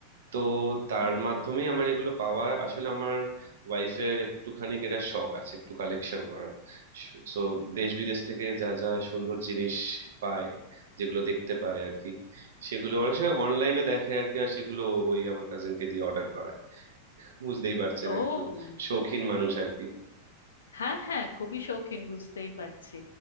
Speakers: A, on the right; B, on the left.
A: তো তার
B: হুম
A: মাধ্যমেই আমার এগুলো পাওয়া আসলে আমার ওয়াইফের একটুখানি এটা শখ আছে একটু কালেকশন করার সো দেশ বিদেশ থেকে যা যা সুন্দর জিনিস পায় যেগুলো দেখতে পায় আর কি সেগুলো অনেক সময় অনলাইনে দেখে আর কি আর সেগুলো ওই আমার কাজিনকে দিয়ে অর্ডার করায় বুঝতেই পারছেন
B: ও
A: একটু শৌখিন মানুষ আর কি
B: হ্যাঁ হ্যাঁ খুবই শৌখিন বুঝতেই পারছি